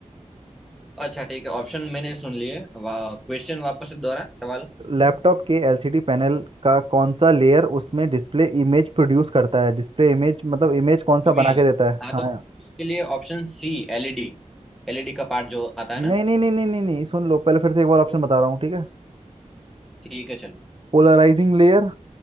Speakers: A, in the centre; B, on the right.
A: अच्छा ठीक है ऑप्शन मैंने सुन लिए वाह क्वेश्चन वापस से दोहरा सवाल
B: लैपटॉप के एलसीडी पैनल का कौन सा लेयर उसमें डिस्प्ले इमेज प्रोड्यूस करता है डिस्प्ले इमेज मतलब इमेज कौन सा
A: इमेज
B: बना के देता है
A: हाँ
B: हाँ
A: तो उसके लिए ऑप्शन सी एलईडी एलईडी का पार्ट जो आता है
B: नहीं
A: ना
B: नहीं नहीं नहीं नहीं नहीं सुन लो पहले फिर से एक बार ऑप्शन
A: वो
B: बता रहा हूँ ठीक है
A: ठीक है चल
B: पोलराइजिंग लेयर